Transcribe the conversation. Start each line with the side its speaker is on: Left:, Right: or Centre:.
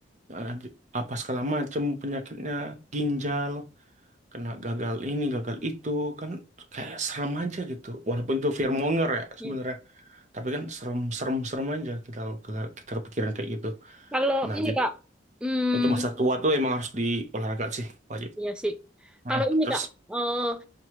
Right: eh, apa segala macem penyakitnya ginjal kena gagal ini gagal itu kan kayak serem aja gitu walaupun itu fearmonger ya
Centre: Iya.
Right: sebenarnya tapi kan serem serem serem aja kita kita kepikiran kayak gitu
Centre: Kalau
Right: nah
Centre: ini,
Right: jadi
Centre: Kak, hmm,
Right: untuk masa tua tuh emang harus diolahraga sih wajib
Centre: Iya sih.
Right: Heeh,
Centre: Kalau ini
Right: terus
Centre: Kak, eh,